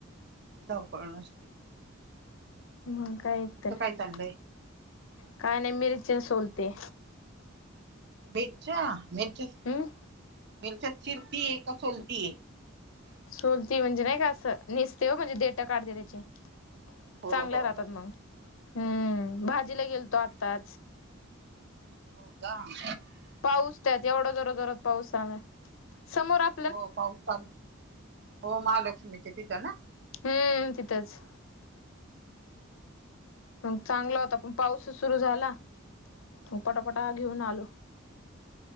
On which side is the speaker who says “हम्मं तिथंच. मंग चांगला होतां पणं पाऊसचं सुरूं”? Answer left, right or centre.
Left